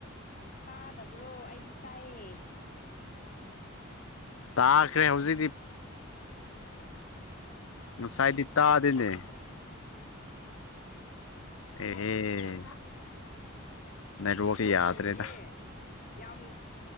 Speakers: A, on the left; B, on the left.
A: ꯇꯥꯗꯕ꯭ꯔꯣ ꯑꯩꯗꯤ ꯇꯥꯏꯌꯦ
B: ꯇꯥꯈ꯭ꯔꯦ ꯍꯧꯖꯤꯛꯇꯤ ꯉꯁꯥꯏꯗꯤ ꯇꯥꯗꯦꯅꯦ ꯑꯦꯍꯦ ꯅꯦꯠꯋꯥꯛꯁꯦ
A: ꯀꯩꯗꯧꯔꯤꯒꯦ
B: ꯌꯥꯗ꯭ꯔꯦꯗ
A: ꯌꯥꯝ